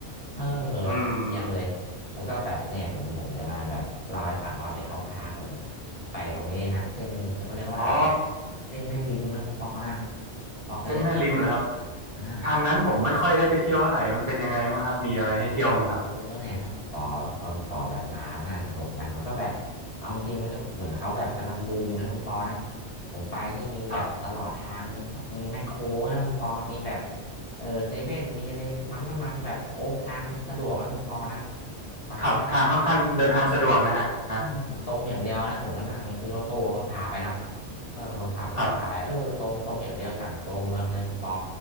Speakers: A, on the left (about 35°); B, on the right (about 35°).
A: เออแบบเยี่ยมเลยแล้วก็แบบเนี่ยผมผมจะมาแบบเล่าให้ฟังว่าเนี่ยเขาพาผม
B: อืม
A: ไปตรงนี้นะเส้นเขาเรียกว่าอะไร
B: อ๋อ
A: เส้นแม่ริมนะคุณปอนะปอเคยได้ยินไหม
B: เส้นแม่ริมเหรอครับ
A: อ่า
B: ทางนั้นผมไม่ค่อยได้ไปเที่ยวเท่าไหร่มันเป็นยังไงบ้างครับ มีอะไรให้เที่ยวบ้างครับ
A: เออเนี่ยถ้าปอตอนปอแบบหมาน่าสนุกนะมันก็แบบเอาจริงๆมันก็เหมือนเขาแบบกำลังบูมแล้วคุณปอนะผมไปนี่มีแบบตลอดทางมีห้างมีแมคโครนะคุณปอมีแบบ
B: ครับ
A: เออเซเว่นมีอะไรปั๊มน้ำมันแบบโอ้ทางสะดวกนะคุณปอนะไปแล้วก็เออ
B: ครับทางค่อนข้างเดินทางสะดวกนะฮะฮะ
A: อืมมันตรงอย่างเดียวนะผมก็นั่งพี่รถตู้เขาพาไปนะเออคนขับก็พาไปเออตรงตรงอย่างเดียวจากตัวเมืองเลยคุณปอ
B: ครับ